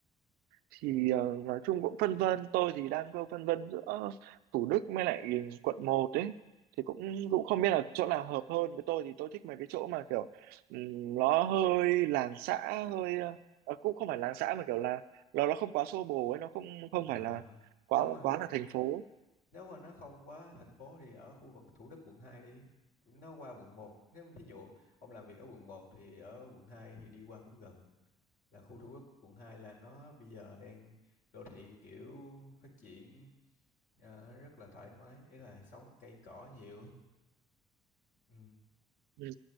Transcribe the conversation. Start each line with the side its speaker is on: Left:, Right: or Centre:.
Right: thì ờ, nói chung cũng phân vân tôi thì đang cơ phân vân giữa Thủ Đức với lại quận một ấy thì cũng cũng không biết là chỗ nào hợp hơn với tôi thì tôi thích mấy cái chỗ mà kiểu ừm, nó hơi làng xã hơi ờ, ờ, cũng không phải làng xã mà kiểu là nó nó không quá xô bồ ấy nó không không
Left: à
Right: phải là quá
Left: nếu mà
Right: quá là thành phố
Left: nếu mà nó không quá thành phố thì ở khu vực Thủ Đức quận 2 đi nó qua quận một. nếu mà ví dụ ông làm việc ở quận một thì ở quận 2 thì đi qua cũng gần là khu Thủ Đức quận 2 là nó bây giờ đang đô thị kiểu phát triển ờ, rất là thoải mái ý là sống cây cỏ nhiều ừ.
Right: Ừ.